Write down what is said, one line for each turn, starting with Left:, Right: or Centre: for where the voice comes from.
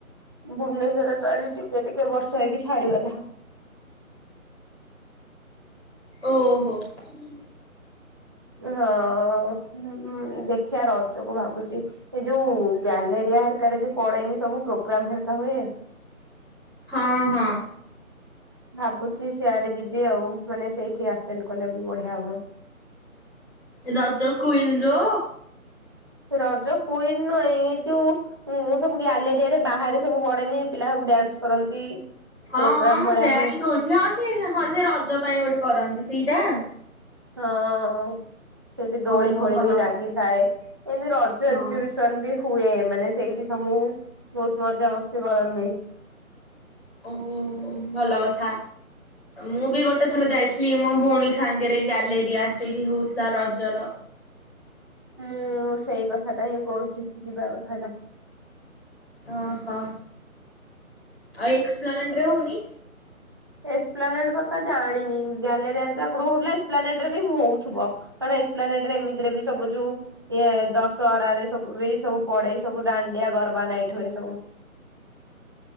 Right: ଭୁବନେଶ୍ଵର ତ ଆଜି ଟିକେ ଟିକେ ବର୍ଷ ହେଇକି ଛାଡିଗଲା।
Centre: ଓହୋ <inaudible>
Right: ହଁ ଦେଖିବା ରଜକୁ ଭାବୁଛି ଏ ଯୋଉ ଗ୍ୟାଲେରିଆର ଯୋଉ ପଡେନି। ସବୁ ପ୍ରୋଗ୍ରାମରକା ହୁଏ।
Centre: ହଁ ହଁ
Right: ଭାବୁଛି ସିଆଡେ ଯିବି ଆଉ ମାନେ ସେଇଠିେ ଆଟେଣ୍ଟ କଲେ ବି ବଢିଆ ହବ।
Centre: ଏ ରଜ କୁଇନଜୋ
Right: ରଜ କୁଇନ ନୁହେଁ ଏଇ ଯୋଉ ସବୁ ଗ୍ୟାଲେରିଆରେ ବାହାରେ ସବୁ ବଡେନି ପିଲା ସବୁ ଡ୍ୟାନ୍ସ କରନ୍ତି।
Centre: ହଁ
Right: ପ୍ରୋଗ୍ରାମ
Centre: ହଁ ମୁଁ
Right: ଭଳିଆ
Centre: ସେୟା
Right: ହୁଏ
Centre: ହିଁ କହୁଛି ହଁ ସେ ହଁ ସେ ରଜ ପାଇଁ ଗୋଟେ କରନ୍ତି ସେଇ ସେଇଟା।
Right: ହଁ ସେଇଠି ଦୋଳି
Centre: ଓହୋ
Right: ଖୋଳି
Centre: ଭଲ
Right: ବି
Centre: କଥା।
Right: ଲାଗିଥାଏ ଏମିତି ରଜ
Centre: ହଁ
Right: ଏକ୍ଜିିବିସନ ବି ହୁଏ ମାନେ ସେଇଠି ସବୁ ବହୁତ ମଜା ମସ୍ତି କରନ୍ତି।
Centre: ଓ ହୋ ଭଲ କଥା ମୁଁ ବି ଗୋଟେ ଥର ଯାଇଥିଲି ମୋ ଭଉଣୀ ସାଙ୍ଗରେ ଗ୍ୟାଲେରିଆ ସେଇଠି ହଉଥିଲା ରଜର।
Right: ମୁଁ ସେଇ କଥାଟା ହିଁ କହୁଛି ଯିବା କଥା ଟା।
Centre: ଓ ହୋ ଆ ଏକ୍ସପ୍ଲେନଟରେ ହଉନି?
Right: ଏସପ୍ଲାନେଟ କଥା ଜାଣିନି ଗଲେ ତ ଆଗ୍ର ଏସପ୍ଲାନେଟ ରେ ବି ହଉଥିବ କାରଣ ଏସପ୍ଲାନେଟ ରେ ଏମିତିରେ ବି ସବୁ ଯୋଉ ଇ ଦଶହରାରେ ସବୁ ବି ସବୁ ପଡେ ସବୁ ଦା ଡିିଆ ଗର୍ବ ନାଇ ଏଠୁ ଏ ସବୁ।